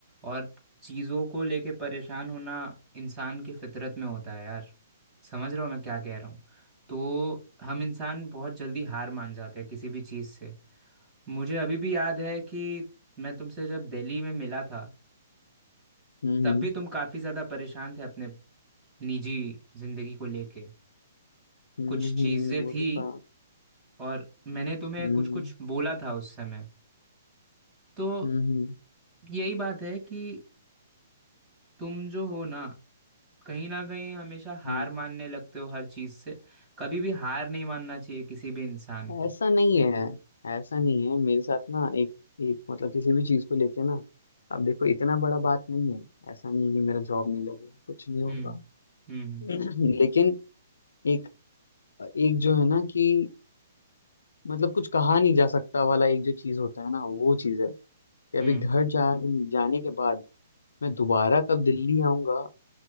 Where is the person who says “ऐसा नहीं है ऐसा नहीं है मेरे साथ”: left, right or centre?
Left